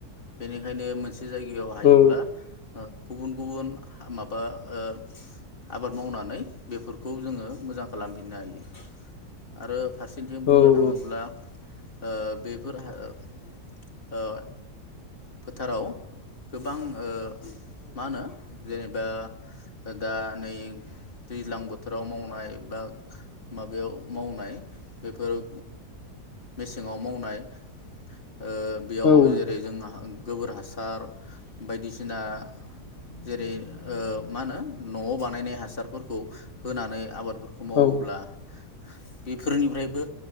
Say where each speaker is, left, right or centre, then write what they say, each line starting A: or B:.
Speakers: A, on the left (about 35°); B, on the left (about 50°).
A: बेनिखायनो मोनसे जायगायाव हायोब्ला
B: औ
A: गुबुन गुबुन माबा ओ आबाद मावनानै बेफोरखौ जोङो मोजां खालामफिननो हायो। आरो फार सेथिं बुंनो
B: औ औ
A: थाङोब्ला ओ बेफोर हा ओ फोथाराव गोबां ओ मा होनो जेनेबा दा दा नै दैज्लां बोथोराव मावनाय बा माबायाव मावनाय बेफोर ओ मेसेङाव मावनाय ओ बेयाव
B: नोंथां
A: जेरै जों गोबोर हासार बायदिसिना जेरै- ओ मा होनो न'आव बानायनाय हासारफोरखौ होनानै आबाद बेफोरखौ मावोब्ला
B: औ
A: बेफोरनिफ्रायबो